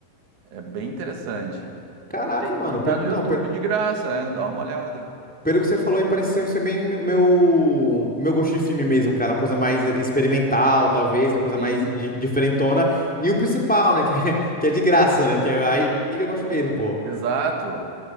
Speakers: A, on the right; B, in the centre.
A: É bem interessante.
B: Caraca,
A: E, tem-
B: mano.
A: e tá
B: Pelo,
A: no
B: não,
A: YouTube
B: pelo,
A: de graça, é, dá uma olhada.
B: pelo que você falou aí, parece ser, ser bem meu, meu meu gosto de filme mesmo, cara. Uma coisa mais experimental, talvez, uma coisa
A: Sim,
B: mais di- diferentona. E o principal, né? Que é, <laughs> que é de graça, né? Que é aí que eu gosto mesmo, pô.
A: exato.